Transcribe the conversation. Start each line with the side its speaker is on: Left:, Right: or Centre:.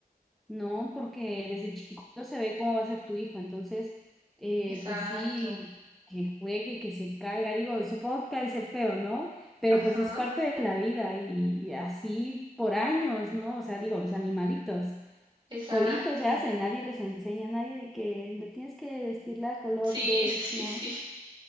Centre: No, porque desde chiquito se ve cómo va a ser tu hijo, entonces, eh,
Right: exacto,
Centre: pues sí, que juegue, que se caiga, digo, supongo que ha de ser feo, ¿no? Pero
Right: ajá,
Centre: pues es parte de la vida y, y así por años, ¿no? O sea, digo, los animalitos
Right: exacto.
Centre: solitos se hacen, nadie les enseña, nadie de que tienes que vestirla color
Right: Sí,
Centre: beige,
Right: <laughs> sí,
Centre: ¿no?
Right: sí.